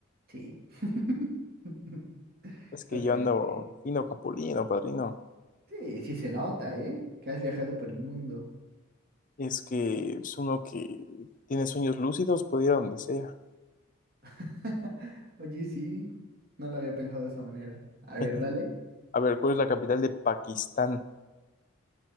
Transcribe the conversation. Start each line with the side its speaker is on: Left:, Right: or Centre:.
Right: sí. <laughs>
Left: Es que
Right: Ok,
Left: yo ando
Right: ok.
Left: fino capulino, padrino.
Right: Sí, sí se nota, ¿eh? Que has viajado por el mundo.
Left: Es que es uno que tiene sueños lúcidos, puede ir a donde sea.
Right: <laughs> Oye, sí, no lo había pensado de esa manera. A ver,
Left: <laughs>
Right: dale.
Left: A ver, ¿cuál es la capital de Pakistán?